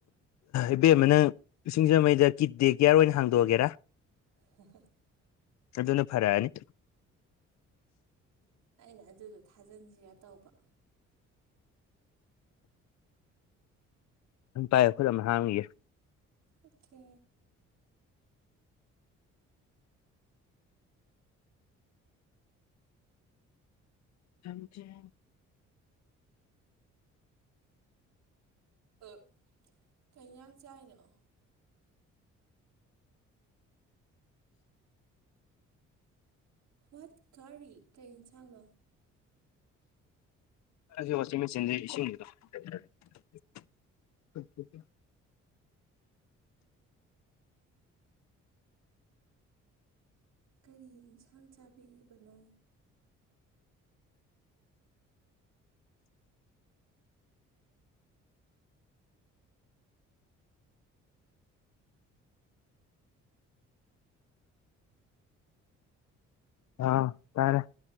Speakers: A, on the left; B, on the right.
A: ꯏꯕꯦꯝꯃ ꯅꯪ ꯁꯤꯡꯖꯃꯩꯗ ꯀꯤꯠ ꯗꯦ ꯀꯤꯌꯥꯔ ꯑꯣꯏꯅ ꯍꯥꯡꯗꯣꯛꯑꯒꯦꯔꯥ?
B: ꯍꯥ ꯍꯥ
A: ꯑꯗꯨꯅ ꯐꯔꯛꯑꯅꯤ
B: ꯑꯩꯅ ꯑꯗꯨꯗꯣ ꯊꯥꯖꯤꯟꯖꯤꯔꯥ ꯇꯧꯕ
A: ꯑꯗꯨꯝ ꯄꯥꯏꯑꯦ ꯑꯩꯈꫭꯏ ꯂꯝ ꯍꯥꯡꯉꯤꯋꯦ
B: ꯑꯣꯛꯈꯦ
A: ꯂꯝꯖꯦꯟ
B: ꯑꯛ ꯀꯩꯖꯥꯡ ꯆꯥꯏꯅꯣ ꯍꯨ꯭ꯋꯥꯠ ꯀꯥꯔꯤ ꯀꯩ ꯏꯟꯁꯥꯡꯅꯣ
A: ꯑꯩꯖꯤ ꯋꯥꯆꯤꯡꯃꯦꯆꯤꯟꯗꯩ ꯏꯁꯤꯡ <unintelligible>
B: ꯀꯔꯤ ꯏꯟꯁꯥꯡ ꯆꯥꯕꯤꯔꯤꯕꯅꯣ
A: ꯑꯥ ꯇꯥꯔꯦ